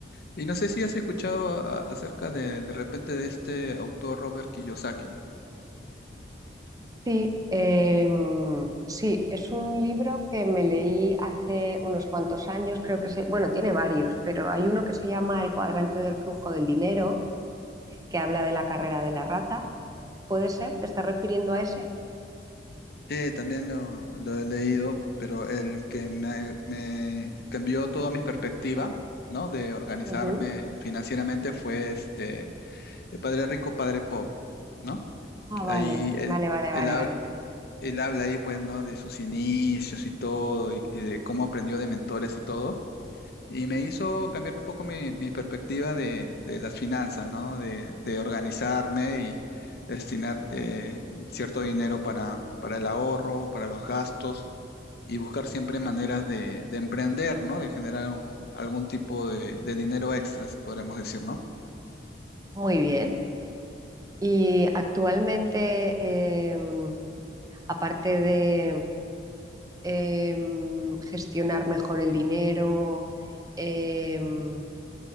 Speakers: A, on the left (about 60°); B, on the right (about 20°).
A: Y no sé si has escuchado a- acerca de, de repente de este autor Robert Kiyosaki.
B: Sí, em, sí, es un libro que me leí hace unos cuantos años, creo que se, bueno, tiene varios, pero hay uno que se llama El cuadrante del flujo del dinero, que habla de la carrera de la rata. ¿Puede ser? ¿Te estás refiriendo a ese?
A: Sí, también lo, lo he leído, pero el que me, me cambió toda mi perspectiva, ¿no? De organizarme
B: Ujú.
A: financieramente fue este, de Padre Rico, Padre Pobre, ¿no?
B: Ah, vale,
A: Ahí él,
B: vale, vale,
A: él
B: vale, vale.
A: habla ahí, pues, ¿no? De sus inicios y todo, y, y de cómo aprendió de mentores y todo. Y me hizo cambiar un poco mi, mi perspectiva de, de las finanzas, ¿no? De, de organizarme y destinar eh, cierto dinero para, para el ahorro, para los gastos y buscar siempre maneras de, de emprender, ¿no? De generar un- algún tipo de, de dinero extras, podremos decir, ¿no?
B: Muy bien. Y actualmente, em, aparte de em, gestionar mejor el dinero, em,